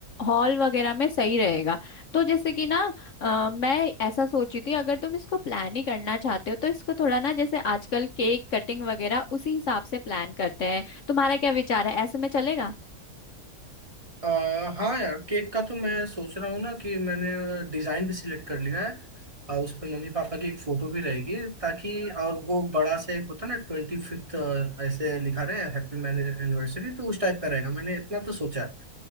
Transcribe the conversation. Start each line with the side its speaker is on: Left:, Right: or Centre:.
Left: हॉल वगैरह में सही रहेगा तो जैसे कि ना अ, मैं ऐसा सोची थी अगर तुम इसको प्लान ही करना चाहते हो तो इसको थोड़ा ना जैसे आजकल केक कटिंग वगैरह उसी हिसाब से प्लान करते हैं तुम्हारा क्या विचार है ऐसे में चलेगा
Right: अ, हाँ यार केक का तो मैं सोच रहा हूँ ना कि मैंने डिजाइन भी सिलेक्ट कर लिया है अ, उस पर मम्मी पापा की एक फोटो भी रहेगी ताकि और वो बड़ा सा एक होता है ना ट्वेंटी फिफ्थ ऐसे लिखा रहे हैप्पी मैरिज एनिवर्सरी तो उस टाइप का रहेगा मैंने इतना तो सोचा